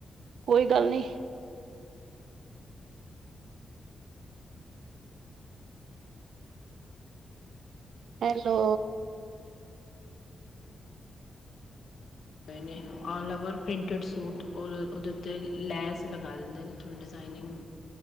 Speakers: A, on the right; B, on the left.
A: ਕੋਈ ਗੱਲ ਨੀ ਹੈਲੋ
B: ਹੋਏ ਨੇ ਆਲ ਓਵਰ ਪ੍ਰਿੰਟਡ ਸੂਟ ਔਰ ਉਹਦੇ ਉੱਤੇ ਲੈਸ ਲਗਾ ਦਿੰਦੇ ਨੇ ਥੋੜ੍ਹੀ ਡਿਜ਼ਾਇਨਿੰਗ